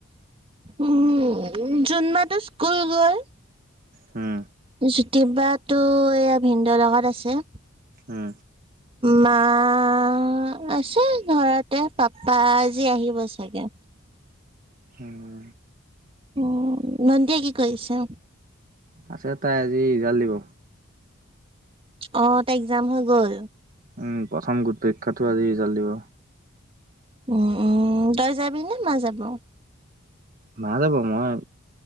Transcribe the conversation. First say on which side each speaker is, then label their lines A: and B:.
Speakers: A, on the right; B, on the right.
A: উম জোনবাটো স্কুল গ'ল।
B: হোঁ
A: জ্যোতিবাটো, এইয়া ভিনদৌৰ লগত আছে।
B: ওঁ
A: মা অঁ, মা আছে ঘৰতে, পাপা আজি আহিব চাগে।
B: উম
A: ওঁ নন্দীয়ে কি কৰিছে?
B: আছে। তাইৰ আজি ৰিজাল্ট দিব।
A: অঁ তাইৰ এক্সাম হৈ গ'ল।
B: ওঁ প্ৰথম গোট পৰীক্ষাটোৰ আজি ৰিজাল্ট দিব।
A: অঁ, অঁ তই যাবি নে মা যাব?
B: মা যাব। মই